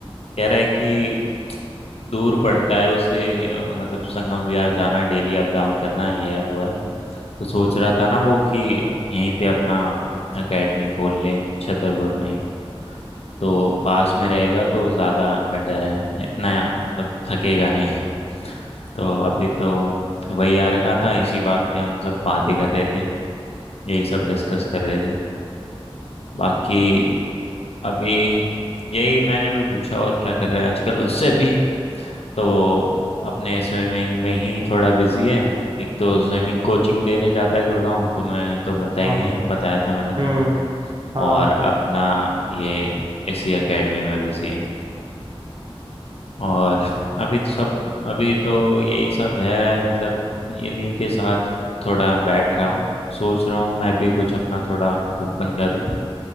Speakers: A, on the left; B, on the right.
A: कह रहा है कि दूर पड़ता है उसे अ, मतलब संगम विहार जाना डेली अप डाउन करना ये है वो है तो सोच रहा था ना वो कि यहीं पे अपना एकेडमी खोल ले छतरपुर में ही तो पास में रहेगा तो ज़्यादा बेटर है इतना मतलब थकेगा नहीं तो अभी तो वही आ रखा था इसी बात पे हम सब बातें कर रहे थे यही सब डिस्कस कर रहे थे बाकी अभी यही मैंने भी पूछा और क्या कर रहा है आजकल उससे भी तो वो अपने स्विमिंग में ही थोड़ा बिजी है एक तो स्विमिंग कोचिंग देने जाता है गुड़गांव तुम्हें तो बताया
B: हाँ
A: ही है बताया था मैंने
B: हम्म
A: तुम्हें
B: हाँ
A: और अपना ये इसी एकेडमी में बिजी है और अभी तो सब अभी तो यही सब है मतलब इन्हीं के साथ थोड़ा बैठ रहा हूँ सोच रहा हूँ मैं भी कुछ अपना थोड़ा ओपन करूँ